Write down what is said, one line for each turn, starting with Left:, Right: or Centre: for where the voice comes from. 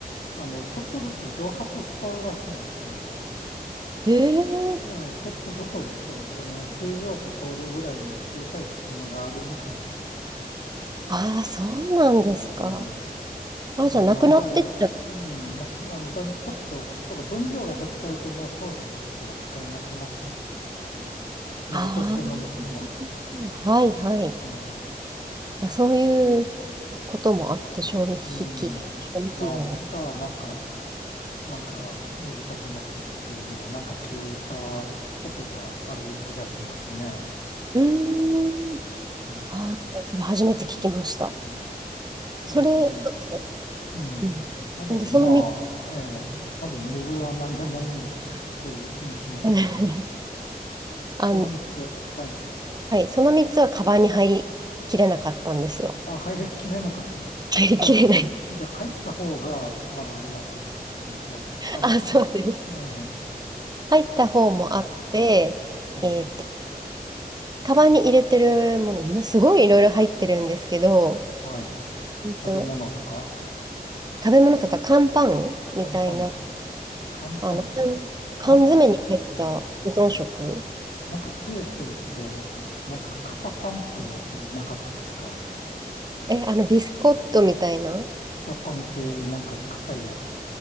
Left: あの、ちょっとずつ蒸発しちゃうらしいんですよね。
Right: ええ
Left: うんペットボトルって、あの、水蒸気通るぐらいの小さい隙間があるみたいなんですよ。
Right: ああ、そうなんですか。
Left: うん。
Right: あ、
Left: あの、
Right: じゃあ、なくなってっちゃう。
Left: あれ、うん、なあの、だん、ちょっと、だから分量が減っちゃうともう商品としては使えなくなっちゃうわけですよね。水として飲めても。
Right: ああ、はいはい。
Left: うん。
Right: あ、そういうこともあって、賞味期限、
Left: うん。
Right: 賞味期限が。
Left: が、が、なんか、なんか短くなってるっていうのをなんか聞いたことがある気がしますね。
Right: うーん。
Left: うん。
Right: ああ、そそれ初めて聞きました。
Left: うん。
Right: それ、
Left: なので、
Right: そうですね。
Left: うん。
Right: うん。
Left: なので、
Right: なんで、その3つ、
Left: まあ、えー多分水は何でもいいんだ <laughs> という気もしますけど、
Right: <laughs> あの
Left: この3つ、はい。
Right: はい、その3つはカバンに入りきれなかったんですよ。
Left: あ、入りきれなかったんですか。
Right: <laughs> 入りきれない。
Left: じゃあ、じゃあ入った方がまだあるわけなんですね。まあ、
Right: <laughs>
Left: カバンです。
Right: あ、そうです。
Left: ええ、
Right: 入った方もあって、
Left: うん、ええ、
Right: えーっと、カバンに入れてるもの、むすごいいろいろ入ってるんですけど、
Left: はい。
Right: うんと、
Left: 食べ物とか、
Right: 食べ物とか乾パンみたいな、
Left: 乾パン、乾パン。
Right: あの、缶、缶詰に入った保存食。
Left: なんか、あー、なんか九州って、なんか型パンっていうやつなかったですか。
Right: え、あの、ビスコットみたいな
Left: 型パンっていうなんか硬いやつ。